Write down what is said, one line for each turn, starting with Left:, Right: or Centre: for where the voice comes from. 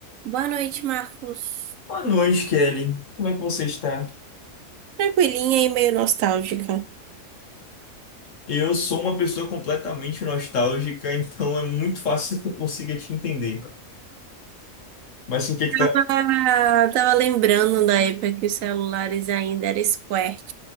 Right: Boa noite, Marcos.
Left: Boa noite, Kelly. Como é que você está?
Right: Tranquilinha e meio nostálgica.
Left: Eu sou uma pessoa completamente nostálgica, <laughs> então é muito fácil que eu consiga te entender. Mas o que que tá?
Right: Ah, tava lembrando da época que os celulares ainda eram square